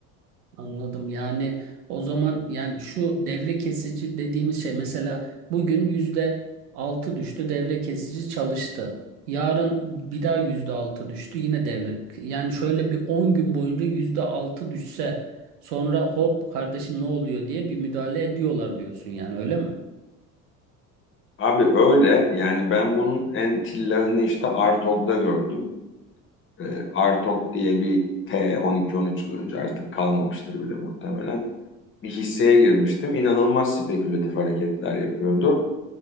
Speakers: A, on the right (about 80°); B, on the left (about 30°).
A: Anladım. Yani o zaman yani şu devre kesici dediğimiz şey mesela bugün yüzde altı düştü devre kesici çalıştı. Yarın bir daha yüzde altı düştü yine devre. Yani şöyle bir 10 gün boyunca yüzde altı düşse sonra hop kardeşim ne oluyor diye bir müdahale ediyorlar diyorsun yani öyle mi?
B: Abi öyle yani ben bunun en tillahını işte Artok'da gördüm. E, Artok diye bir T 12-13 yıl önce artık kalmamıştır bile muhtemelen. Bir hisseye girmiştim. İnanılmaz spekülatif hareketler yapıyordu.